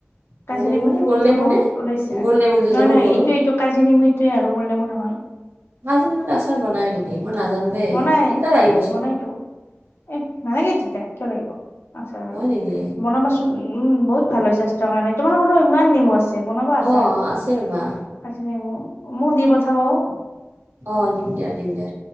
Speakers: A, on the right (about 60°); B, on the left (about 65°).
A: অ,
B: কাজি
A: নেমু
B: নেমুটো
A: নে গোল নেমু
B: যে বহুত
A: নে,
B: ওলাইছে নহয়,
A: গোল নেমু যে যে সৰু
B: নহয়
A: সৰু।
B: এইটো, এইটো কাজি নেমু এইটোৱে গোলনেমু। নহয়।
A: কাজি নেমুৰ আচাৰ বনাই নেকি? মই নাজানো। দেই,
B: বনাই
A: তিতা লাগিব চোন,
B: বনাইতো, এ নালাগে তিতা। কিয় লাগিব, আচাৰ হ'লে
A: হয় নেকি?
B: বনাবাচোন। উম বহুত ভাল হয় স্বাস্থ্যৰ কাৰণে তোমালোকৰটো ইমান নেমু আছ। দে বনাবা
A: অ,
B: আচাৰ,
A: আছে ৰ'বা,
B: কাজি নেমু মো দি পঠাবা অ'।
A: অ' দিম দিয়া, দিম দিয়া,